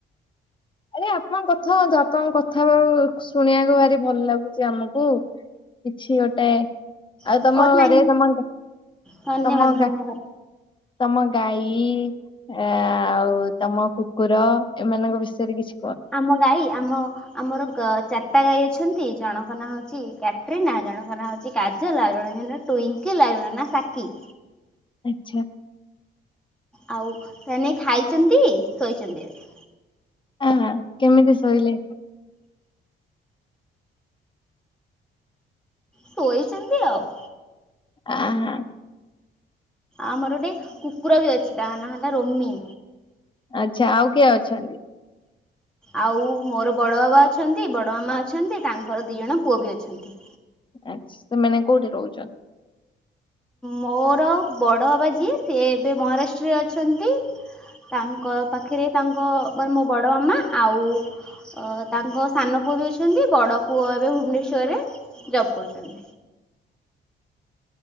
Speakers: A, on the left; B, in the centre.
A: ଆରେ ଆପଣଙ୍କ କଥା କୁହନ୍ତୁ ଆପଣଙ୍କ କଥା ଶୁଣିବାକୁ ଭାରି ଭଲ ଲାଗୁଚି ଆମକୁ। କିଛି ଗୋଟେ ଆଉ
B: ଓ
A: ତମ
B: ଥ୍ୟାଙ୍କ
A: ଘରେ ତମା
B: ଧନ୍ୟବାଦ
A: ତମ
B: ଧନ୍ୟବାଦ
A: ଗା ତମ ଗାଈ ଆ ଆଉ ତମ କୁକୁର ଏମାନଙ୍କ ବିଷ ଟେରି ବିଚ୍
B: ଆମ ଗାଈ ଆମ ଆମର ଗ୍ ଚାରିଟା ଗାଈ ଅଛନ୍ତି। ଜଣଙ୍କ ନାଁ ହୋଉଛି କ୍ୟାଟ୍ରିନା ଜଣଙ୍କ ନା ହୋଇଛି କାଜଲ୍ ଆଉ ଜଣେଙ୍କ ନା ଟୁଇଁଙ୍କିଲ୍ ଆଉ ଜଣଙ୍କ ନା ସାକୀ।
A: ଆଚ୍ଛା।
B: ଆଉ ସେ ଏଇନେ ଖାଇବନ୍ତି ଶୋଇଚନ୍ତି ଏବେ।
A: ହଁ ହଁ କେମିତି ଶୋଇଲେ?
B: ଶୋଇଚନ୍ତି ଆଉ।
A: ଆଁ ହାଁ।
B: ଆମର ଗୋଟେ କୁକୁର ବି ଅଛି ତା ନା ହେଲା ରୋମି।
A: ଆଚ୍ଛା ଆଉ କିଏ ଅଛନ୍ତି?
B: ଆଉ ମୋର ବଡ଼ ବାବା ଅଛନ୍ତି ବଡ଼ ମାମା ଅଛନ୍ତି ତାଙ୍କର ଦି ଜଣ ପୁଅ ବି ଅଛନ୍ତି।
A: ଆଚ୍ଛା। ସେମାନେ କୋଉଠି ରହୁଚନ୍ତି?
B: ମୋର ବଡ଼ ବାବା ଯିଏ ସିଏ ଏବେ ମହା ରାଷ୍ଟ୍ରରେ ଅଛନ୍ତି। ତାଙ୍କ ପାଖେରେ ତାଙ୍କ ମାନେ ମୋ ବଡ଼ ମାମା ଆଉ ଅ ତାଙ୍କ ସାନ ପୁଅ ବି ଅଛନ୍ତି, ବଡ଼ ପୁଅ ଏବେ ଭୁବନେଶ୍ୱରରେ ଜବ୍ କରୁଚନ୍ତି।